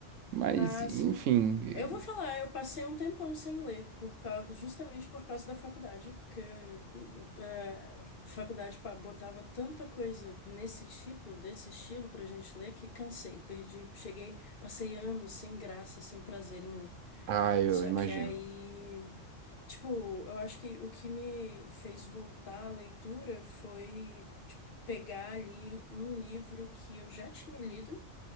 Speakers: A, on the right; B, on the left.
A: Mas,
B: Ah,
A: enfim,
B: sim.
A: eh,
B: Eu vou falar, eu passei um tempão sem ler, por causa, justamente por causa da faculdade, porque eh, a faculdade pa- botava tanta coisa nesse tipo, desse estilo pra gente ler, que cansei, perdi, cheguei, passei anos sem graça, sem prazer em ler.
A: ah, eu
B: Só
A: imagino.
B: que aí, tipo, eu acho que o que me fez voltar à leitura foi, tipo, pegar ali um livro que eu já tinha lido